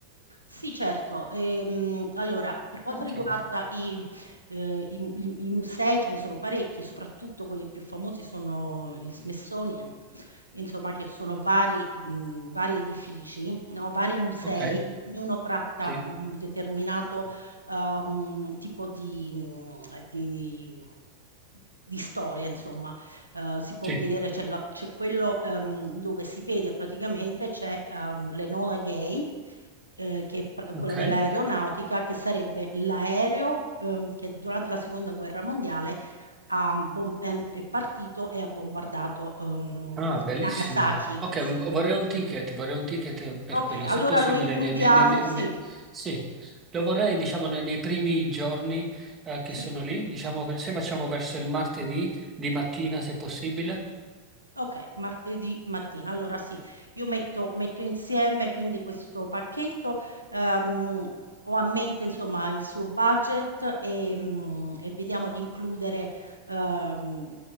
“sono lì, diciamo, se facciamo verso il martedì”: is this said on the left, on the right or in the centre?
Right